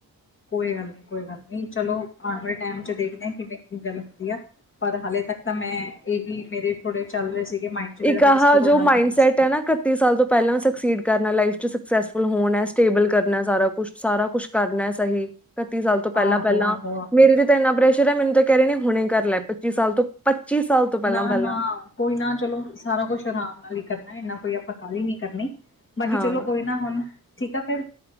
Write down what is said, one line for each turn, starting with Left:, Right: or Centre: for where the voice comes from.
Left: ਕੋਈ ਗੱਲ ਨੀ ਕੋਈ ਗੱਲ ਨੀ ਚਲੋ ਆਣ ਵਾਲੇ ਟਾਈਮ ਚ ਦੇਖਦੇ ਕਿਨੇ ਕ ਗੱਲ ਹੁੰਦੀ ਆ। ਪਰ ਹਾਲੇ ਤੱਕ ਤਾਂ ਮੈਂ ਇਹੀ ਮੇਰੇ ਥੋੜੇ ਚੱਲ ਰਹੇ ਸੀਗੇ ਮਾਇੰਡ ਚ ਜਿਹੜਾ
Centre: ਇੱਕ ਆਹ
Left: ਮੈਂ ਡਿਸਕ ਤੁਹਾਡੇ
Centre: ਜੋ
Left: ਨਾਲ
Centre: ਮਾਇੰਡ
Left: ਹੀ ਕਰਨਾ
Centre: ਸੈਟ
Left: ਸੀ
Centre: ਹੈ ਨਾ ਇਕੱਤੀ ਸਾਲ ਤੋਂ ਪਹਿਲਾਂ ਸਕਸੀਡ ਕਰਨਾ ਲਾਈਫ ਚ ਸਕਸੈਸਫੁਲ ਹੋਣਾ ਸਟੇਬਲ ਕਰਨਾ ਸਾਰਾ ਕੁਛ ਸਾਰਾ ਕੁਛ ਕਰਨਾ ਸਹੀ ਇਕੱਤੀ ਸਾਲ ਤੋਂ ਪਹਿਲਾਂ
Left: ਆਹੋ,
Centre: ਪਹਿਲਾਂ
Left: ਆਹੋ, ਆਹੋ
Centre: ਮੇਰੇ ਜੇ ਤੇ ਇਨਾ ਪ੍ਰੈਸ਼ਰ ਏ। ਮੈਨੂੰ ਤਾਂ ਕਹਿ ਰਹੇ ਨੇ ਹੁਣੇ ਕਰ ਲੈ ਪੱਚੀ ਸਾਲ ਤੋ ਪੱਚੀ ਸਾਲ ਤੋਂ ਪਹਿਲਾਂ
Left: ਨਾ-ਨਾ
Centre: ਪਹਿਲਾਂ
Left: ਕੋਈ ਨਾ ਚਲੋ ਸਾਰਾ ਕੁਛ ਆਰਾਮ ਨਾਲ ਈ ਕਰਨਾ ਇੰਨਾ ਕੋਈ ਆਪਾਂ ਕਾਲੀ ਨਹੀ ਕਰਨੀ ਬਾਕੀ
Centre: ਹਾਂ
Left: ਚਲੋ ਕੋਈ ਨਾ ਹੁਣ ਠੀਕ ਆ ਫਿਰ